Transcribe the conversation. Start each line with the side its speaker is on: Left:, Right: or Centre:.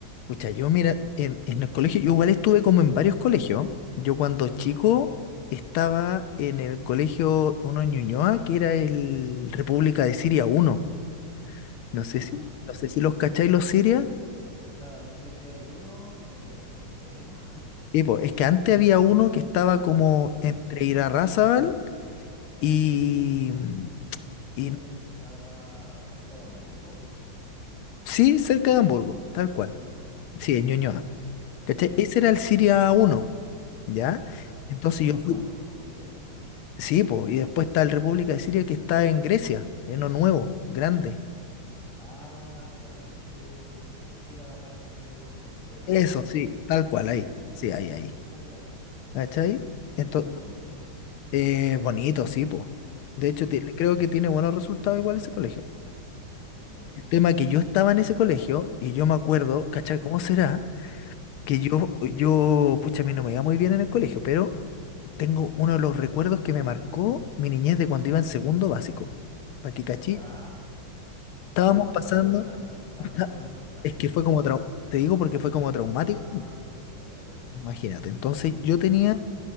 Left: Pucha, yo mira, en, en el colegio, yo igual estuve como en varios colegios. Yo cuando chico estaba en el colegio uno en Ñuñoa, que era el República de Siria uno. No sé
Centre: Ya.
Left: si, no sé si los cacháis los Siria.
Centre: O sea, sé que hay uno, pero no sabía que había más.
Left: Y pues, es que antes había uno que estaba como
Centre: <laughs> Ya.
Left: entre Irarrázaval y, y
Centre: Es uno que estaba cerca de Hamburgo,
Left: sí, cerca de Hamburgo, tal
Centre: en
Left: cual.
Centre: Ñuñoa.
Left: Sí, en Ñuñoa.
Centre: Ya,
Left: ¿Cachai?
Centre: ya,
Left: Ese era el Siria uno, ¿ya?
Centre: ya.
Left: Entonces
Centre: ¿Ya había
Left: yo fui.
Centre: más? No tenía idea.
Left: Sí, po, y después está el República de Siria que está en Grecia, en lo nuevo, grande.
Centre: Ah, que antes no sé si era parte de un consultorio
Left: Eso,
Centre: eso o...
Left: sí, tal cual,
Centre: ¿Sí?
Left: ahí. Sí, ahí, ahí.
Centre: Ah, ya.
Left: ¿Cachai? Entonces,
Centre: Ese es bonito.
Left: eh, bonito, sí, po. De hecho,
Centre: Mm,
Left: ti- creo que tiene buenos resultados igual ese colegio.
Centre: ya.
Left: El tema que yo estaba en ese colegio y yo me acuerdo, ¿cachai? ¿Cómo será? Que
Centre: Mm,
Left: yo, yo, pucha, a mí no me iba muy bien en el colegio, pero tengo uno de los recuerdos que me marcó mi niñez de cuando iba en segundo básico. Para que cachí,
Centre: ya.
Left: estábamos
Centre: Yo no me acuerdo
Left: pasando.
Centre: de tan tantos
Left: <laughs>
Centre: años atrás.
Left: Es que fue
Centre: Dale.
Left: como trau- te digo porque fue como traumático.
Centre: Ah, qué lata, a ver.
Left: Imagínate. Entonces yo tenía,
Centre: Ya,